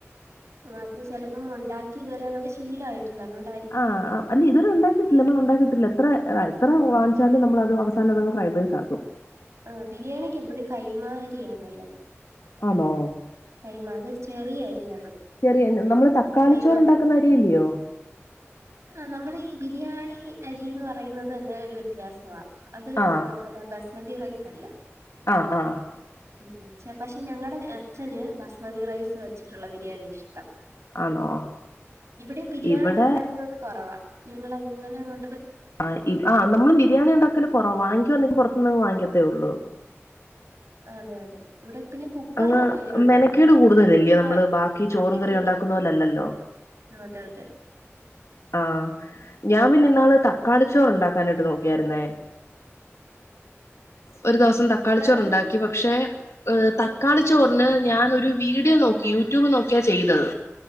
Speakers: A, on the right (about 70°); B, on the left (about 70°).
A: അത് ചെലപ്പം മൊണ്ടാക്കി ഇത് വരെ അങ്ങ്ട്ട് ശീലായിട്ട്ണ്ടാ അതുകൊണ്ട
B: ആഹ് അ അല്ലെ ഇത് വരെ ഉണ്ടാക്കീട്ടില്ല നമ്മള് ഉണ്ടാക്കിട്ടില്ല എത്ര എത്ര വാങ്ങ്ച്ചാലും നമ്മളത് അവസാനം ഫ്രൈഡ് റൈസ് ആക്കും
A: ആഹാ ബിരിയാണിക്കെപ്പഴും കൈമ അരിയാ നല്ലത്
B: ആന്നൊ
A: കൈമ അത് ചെറിയ അരിയാണ്
B: ശരി നമ്മള് തക്കാളിച്ചോറ്ണ്ടാക്ക
A: കൈമ
B: അ അരിയല്ലയൊ
A: ആഹ് നമ്മളീ ഈ ബിരിയാണി അരീന്ന് പറയുന്നതെന്നെ ഒര് വ്യത്യാസവ അത്
B: ആ
A: ന പതെ ബസ്മതീ റൈസല്ല
B: ആഹ് ആഹ്
A: ഉം പഷെ ഞങ്ങടെ അച്ഛന് ബസ്മതീ റൈസ് വച്ച്ട്ടുള്ള ബിരിയാണി ഇഷ്ടം
B: ആണോ
A: ഇവിടിം ബിരിയാണി
B: ഇവിടെ
A: ഉണ്ടാക്കുന്നത് കൊറവ ഞങ്ങളങ്ങനങ്ങോ
B: ആഹ് ആഹാ നമ്മളും ബിരിയാണിണ്ടാക്കല് കൊറവ വാങ്ങിക്കാന്ന്വെ പൊറത്ത്ന്ന വാങ്ങിക്കത്തെ ഉള്ളു
A: ഉം. അതെ അതെ ഇവടെ പിന്നെ കുക്കർലൊക്കെ
B: അങ്ങ്
A: ഇങ്ങനെ ഉണ്ടാക്കും
B: മെനക്കേട് കൂടുതലല്ലയോ
A: ചുമ്മാ
B: നമ്മള് ബാക്കി ചോറും
A: തട്ടിക്കൂട്ട്
B: കറിയും ഉണ്ടാക്കുന്ന പോലല്ലല്ലോ
A: അതെ അതെ
B: ആഹ്
A: ഉം.
B: ഞാ പിന്നെ ഇന്നാള് ത കാടിച്ചോറ് ഇണ്ടാക്കാനായിട്ട് നോക്കിയായിരുന്നേ ഒരു ദിവസം തക്കാളിച്ചോറുണ്ടാക്കി
A: പിള്ളേരൊന്നും
B: പക്ഷേ ഏഹ് ക്കാളിച്ചോറ്ന് ഞാനൊര് വീഡിയൊ നോക്കി യൂട്യൂബ് നോക്ക്യ ചെയ്തത്